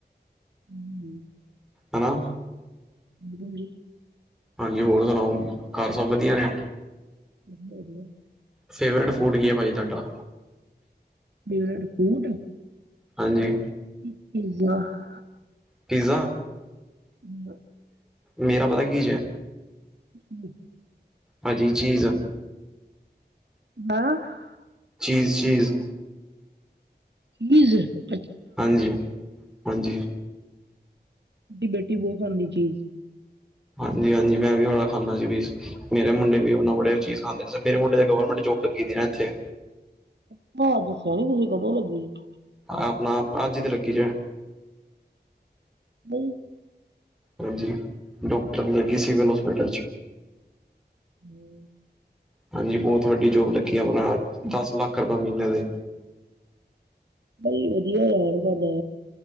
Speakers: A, on the right; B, in the centre.
A: ਹਮ <unintelligible> <inaudible>
B: ਹਨਾ।
A: ਹਾਂ ਹਾਂ ਜੀ।
B: ਹਾਂਜੀ ਹੋਰ ਸੁਣਾਓ ਘਰ ਸਭ ਵਧੀਆ ਨੇ
A: ਵਧ ਵਧੀਆ।
B: ਫੇਵਰੇਟ ਫੂਡ ਕੀ ਆ ਪਾਜੀ ਤੁਹਾਡਾ।
A: ਫੇਵਰਿਟ ਫੂਡ
B: ਹਾਂਜੀ।
A: <inaudible>
B: ਪੀਜ਼ਾ।
A: ਹਮ <inaudible>
B: ਮੇਰਾ ਪਤਾ ਕੀ ਜੇ?
A: ਹੂੰ।
B: ਹਾਂਜੀ ਚੀਜ਼
A: <unintelligible>
B: ਚੀਸ-ਚੀਜ਼।
A: ਬਜ਼ <inaudible>
B: ਹਾਂਜੀ, ਹਾਂਜੀ।
A: ਬੇਟੀ ਬਹੁਤ ਖਾਉਂਦੀ ਚੀਜ਼।
B: ਹਾਂਜੀ ਹਾਂਜੀ ਮੈਂ ਵੀ ਬਾੜਾ ਖਾਂਦਾ ਸੀ ਵੀ ਮੇਰੇ ਮੁੰਡੇ ਵੀ ਉਹਨਾ ਬੜੇ ਉਹ ਚੀਜ਼ ਖਾਂਦੇ ਨੇ ਮੇ ਮੁੰਡੇ ਦੇ ਗਵਰਮੈਂਟ ਜੋਬ ਲੱਗੀ ਦੀ ਨਾ ਇੱਥੇ।
A: ਉਹ ਅੱਜ ਸਹਿਣੀ ਤੁਸੀਂ ਕਦੋਂ ਲੱਗੀ <inaudible>
B: ਆਪਣਾ ਅੱਜ ਈ ਤੇ ਲੱਗੀ ਜੇ
A: ਨਹੀਂ।
B: ਹਾਂਜੀ ਡਾਕਟਰ ਲੱਗੀ ਸਿਵਲ ਹਾਸਪਿਟਲ ਚ।
A: ਹਮ
B: ਹਾਂਜੀ ਬਹੁਤ ਵੱਡੀ ਜੋਬ ਲੱਗੀ ਆਪਣਾ ਦਸ ਲੱਖ ਰੁਪਏ ਮਹੀਨੇ ਦੇ।
A: ਬਈ ਵਧੀਆ ਯਾਰ ਬਦਾ